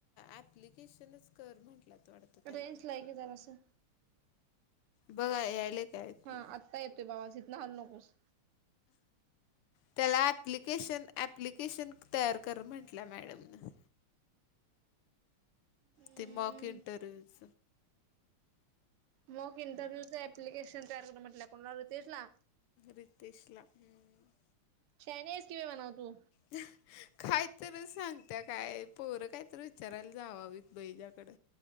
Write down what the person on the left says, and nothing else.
ऍप्लिकेशनच कर म्हटल्यात वाटतं त्याला
बघ यायले? काय ऐकू
त्येला अँपप्लिकेशन, अँपप्लिकेशन तयार कर म्हंटलीया मॅडमनं
ते मुवाक इंटरव्यूच
रितेशला हम्मं
<unintelligible> कायतर सांगत्या काय पोरं कायतर विचारायला जाववीत बाई हिचाकडं